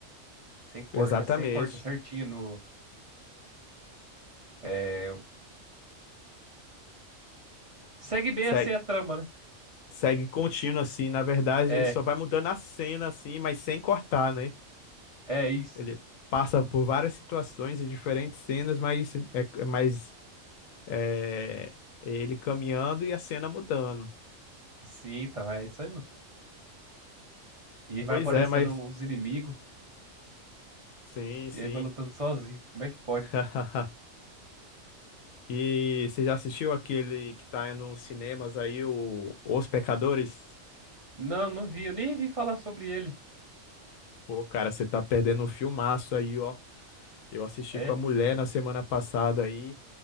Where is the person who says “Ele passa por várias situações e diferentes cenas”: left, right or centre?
Left